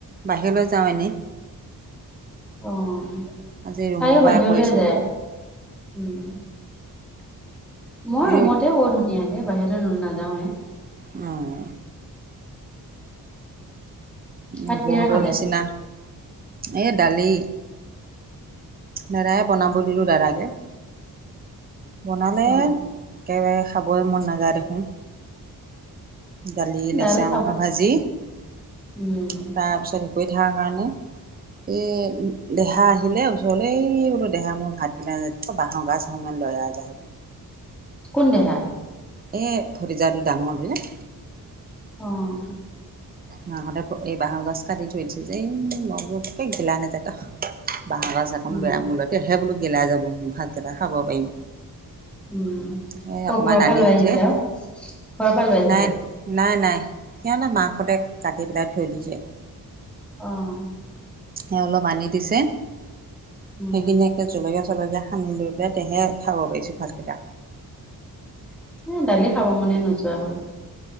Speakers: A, on the right (about 25°); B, in the centre.
A: বাহিৰলৈ যাওঁ এনেই
B: অ', উম
A: আজি ৰুমৰ
B: তাইও
A: পৰাই
B: বাহিৰলৈ
A: কৰিছোঁ
B: যায় উম। মই
A: এ
B: ৰুমতে কৰো ধুনীয়াকে বাহিৰতে ন নাযাওঁৱে।
A: অহ।
B: ভাত
A: উম
B: কিহেৰে
A: বৌহতৰ
B: খালে
A: নিচিনা এ দালি। দাদাই বনাব দিলো দাদাকে, বনালে
B: অ
A: একেবাৰে। খাবই মন নাযায় দেখোন। দালি, লেচেৰা
B: দাইল খাব
A: মাছৰ ভাজি। তাৰপিছত
B: উম
A: কৰি থকাৰ কাৰণে, এই দেহা আহিলে জলেই বোলো দেহা মোৰ ভাতগিলা না তই বাঁহৰ গাজ অকমান লৈ আহ যা।
B: কোন দেহা?
A: এই ভতিজাটো ডাঙৰটো যে।
B: অ'।
A: মাহঁতে প এই বাঁহৰ গছ কাটি থৈ দিছে যে, এই মই বোলো এক্কে গিলা নেযায় তাহ বাঁহৰ গাছ <unintelligible>
B: উম
A: মোৰলেকে বোলো গিলা যাব মোৰ ভাতকেইটা খাব পাৰিম।
B: উম
A: সেই
B: ক
A: অকমান
B: ঘৰৰ
A: আনিল
B: পৰা লৈ আহিছে
A: যে,
B: অ ঘৰৰ পৰা লৈ আহিছে
A: নাই। নাই, নাই, সিহঁতে মাকহঁতে কাটি পেলাই থৈ দিছে।
B: অ'।
A: অলপ আনি দিছে,
B: উম
A: সেইখিনিয়ে জলকীয়া চলকীয়া সানি লৈ পেলাই, তেহে খাব পাৰিছোঁ ভাতকেইটা।
B: এই দালি খাব মনেই নোযোৱা হ'ল।